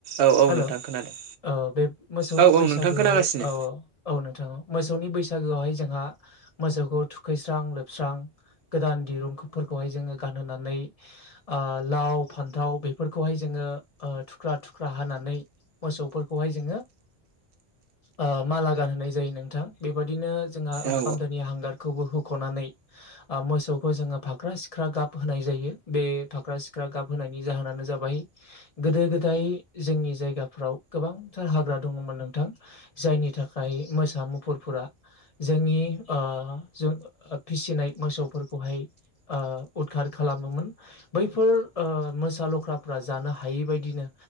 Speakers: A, on the right; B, on the left.
A: औ औ
B: हेल'
A: नोंथां खोनादों
B: ओ बे मोसौनि
A: औ औ
B: बैसागोहाव
A: नोंथां खोनागासिनो
B: औ औ नोंथां मोसौनि बैसागोआवहाय जोंहा मोसौखौ थुखैस्रां लोबस्रां गोदान दिरुंफोरखौहाय जोङो गानहोनानै ओ लाव फान्थाव बेफोरखौहाय जोङो ओ थुख्रा थुख्रा हानानै मोसौफोरखौहाय जोङो ओ माला गानहोनाय जायो नोंथां बेबादिनो जोंहा ओंखाम
A: औ
B: दोनि हांगारखौबो हुख'नानै आ मोसौखौ जोङो फाख्रा सिख्रा गाब होनाय जायो बे फाख्रा सिख्रा गाब होनायनि जाहोनानो जाबाय गोदो गोदाय जोंनि जायगाफ्राव गोबांथार हाग्रा दङोमोन नोंथां जायनि थाखाय मोसा मुफुर फोरा जोंनि ओ जों फिसिनाय मोसौफोरखौहाय ओ उदखार खालामोमोन बैफोर ओ मोसा लख्राफ्रा जानो हायै बायदिनो